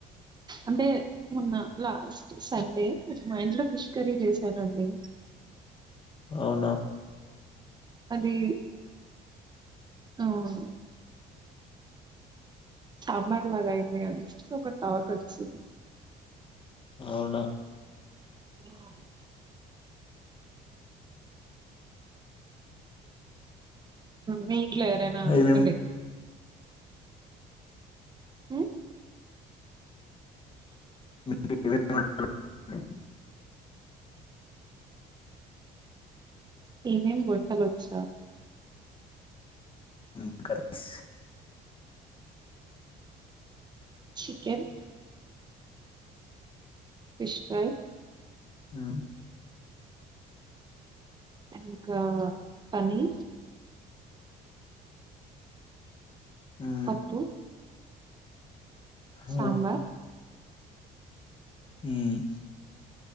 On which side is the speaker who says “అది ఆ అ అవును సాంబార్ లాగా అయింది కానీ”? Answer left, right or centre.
Right